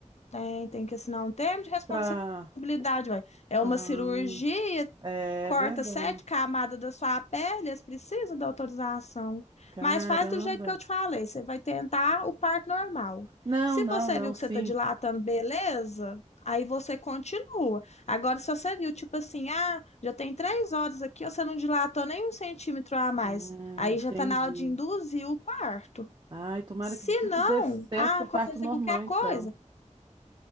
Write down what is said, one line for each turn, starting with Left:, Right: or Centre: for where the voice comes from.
Left: Tem, tem que assinar um termo de responsabilidade,
Right: Pra.
Left: ué. É uma
Right: Ah,
Left: cirurgia,
Right: é
Left: Corta
Right: verdade.
Left: sete camadas da sua pele, eles precisam da autorização.
Right: Caramba.
Left: Mas faz do jeito que eu te falei, você vai tentar o parto normal.
Right: Não,
Left: Se
Right: não,
Left: você
Right: não,
Left: viu
Right: sim.
Left: que você está dilatando, beleza, aí você continua. Agora, se você viu, tipo assim, ah, já tem três horas aqui, você não dilatou nem um centímetro a mais,
Right: Hum,
Left: aí
Right: entendi.
Left: já está na hora de induzir o parto.
Right: Ai, tomara
Left: Se
Right: que tudo
Left: não,
Right: dê certo
Left: ah,
Right: pro
Left: acontecer
Right: parto normal,
Left: qualquer
Right: então.
Left: coisa,